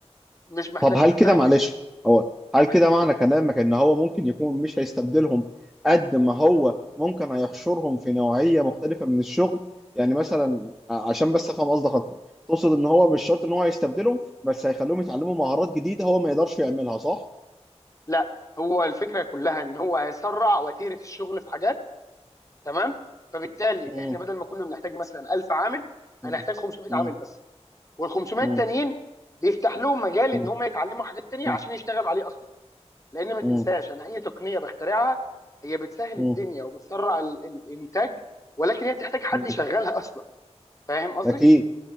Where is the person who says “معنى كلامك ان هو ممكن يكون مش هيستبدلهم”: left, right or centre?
Centre